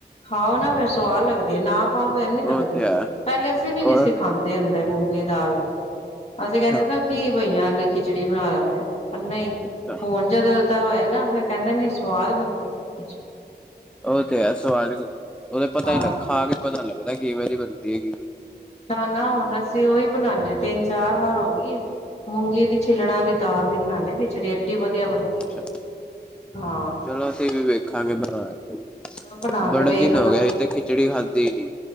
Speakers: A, on the left (about 40°); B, in the centre.
A: ਖਾਓ ਨਾ, ਫੇਰ ਸੁਵਾਦ ਲੱਗਦੀ। ਜੇ ਨਾ ਖਾਉ ਫੇਰ ਨੀ ਲੱਗਦੀ,
B: ਉਹ ਤੇ ਹੈ
A: ਪਹਿਲੇ ਅਸੀ ਵੀ ਨਹੀਂ
B: ਹੋਰ
A: ਸੀ ਖਾਂਦੇ ਹੁੰਦੇ ਮੂੰਗੀ ਦਾਲ ਦੀ। ਅਸੀਂ
B: ਅੱਛਾ
A: ਕਹਿੰਦੇ ਕੀ ਬਈਆਂ ਆਲੀ ਖਿਚੜੀ ਬਨਾ ਲੈਂਦੇ ਏਂ। ਪਰ ਨਹੀਂ,
B: ਅੱਛਾ
A: ਹੁਨ ਜਦੋ ਇੱਹਦਾਂ ਹੋਇਆ ਨਾ, ਫਿਰ ਕਹਿੰਦੇ ਨੇਂ ਸੁਵਾਦ ਬਨਦੀ ਖਿਚ
B: ਉਹ ਤੇ ਹੈ <unintelligible> ਓਹਦਾ ਪਤਾ
A: ਹਾਂ
B: <unintelligible> ਖਾ ਕੇ ਪਤਾ ਲੱਗਦਾ ਏ, ਕਿਵੇਂ ਦੀ ਬਨਦੀ ਹੈ। ਕਿਵੇਂ
A: ਨਾ-ਨਾ, ਹੁਨ ਅਸੀ ਉਹੀ ਬਨਾਨੇਂ ਆ, ਤਿੰਨ ਚਾਰ ਵਾਰ ਹੋ ਗੀ ਏ। ਮੂੰਗੀ ਦੀ ਛਿੱਲੜਾਂ ਦੀ ਦਾਲ ਦੀ ਬਣਾਨੇਂ ਹੈਂ ਖਿਚੜੀ ਏਹਡੀ ਵਧੀਆ ਬਨਦੀ
B: ਅੱਛਾ
A: ਏ, ਹਾਂ।
B: ਚਲੋ ਅਸੀ ਵੀ ਵੇਖਾਂਗੇ ਬਨਾ ਕੇ।
A: ਨਾ ਬਣਾ
B: ਬੜੇ
A: ਕੇ ਵੇਖਣਾ
B: ਦਿਨ ਹੋ ਗਏ, ਅਸੀ ਤੇ ਖਿਚੜੀ ਖਾਦੀ ਈ ਨੀ।